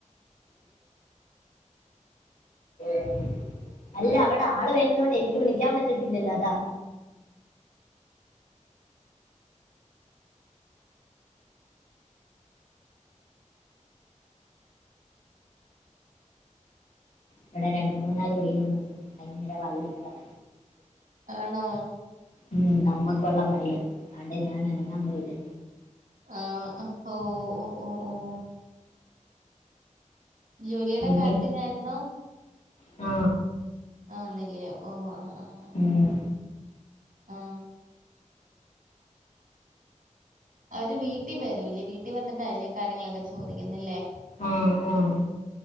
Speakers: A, on the left (about 75°); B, on the right (about 85°).
A: <unintelligible> <unintelligible> അല്ല അവിടെ ആള് വരുന്ന കൊണ്ട് എനിക്ക് വിളിക്കാൻ പറ്റത്തില്ലല്ലോ അതാ ഇവിടെ രണ്ടു മൂന്നാല് വീടുകളുണ്ട് ഭയങ്കര വള്ളികളാ
B: ആണോ
A: ഉം നമ്മുക്കുള്ള പണിയാ അണ്ട് ഞാൻ അനങ്ങാൻ പോയില്ല
B: ആ ഹൊ ഓ ഓ ഓ ഓ ജോലിയുടെ
A: ഇനി
B: കാര്യത്തിനായിരുന്നോ
A: ആ
B: ആന്നല്ലിയോ ഓ ആ ആ ആ
A: ഉം,
B: ആ ആ അവര് വീട്ടിൽ വരൂല്ലേ വീട്ടിൽ വന്നിട്ടാ അല്ലേ കാര്യങ്ങളൊക്കെ ചോദിക്കുന്നില്ലേ
A: ആ ആ